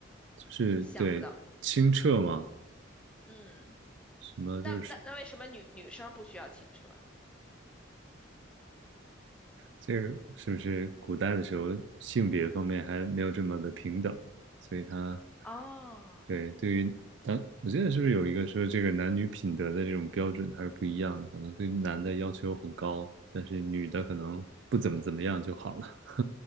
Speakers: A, on the right; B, in the centre.
A: 就是对清澈嘛，
B: 想不到，嗯，
A: 什么就是
B: 那那那为什么女女生不需要轻车？
A: 这个是不是古代的时候性别方面还没有这么的平等，所以他
B: 哦。
A: 对对于当我记得是不是有一个说这个男女品德的这种标准它是不一样的，可能对男的要求很高，但是女的可能不怎么怎么样就好了。<laughs>